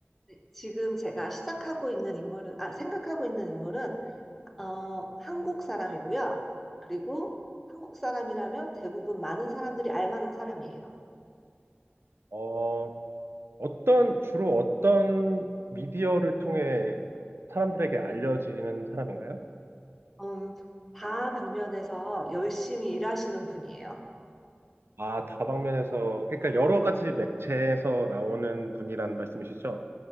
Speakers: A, in the centre; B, on the right.
A: 네, 지금 제가 시작하고 있는 인물은, 아, 생각하고 있는 인물은, 어, 한국 사람이고요. 그리고 한국 사람이라면 대부분 많은 사람들이 알 만한 사람이에요.
B: 어, 어떤, 주로 어떤 미디어를 통해 사람들에게 알려지는 사람인가요?
A: 음, 다 방면에서 열심히 일하시는 분이에요.
B: 아, 다방면에서, 그러니까 여러 가지 매체에서 나오는 분이란 말씀이시죠?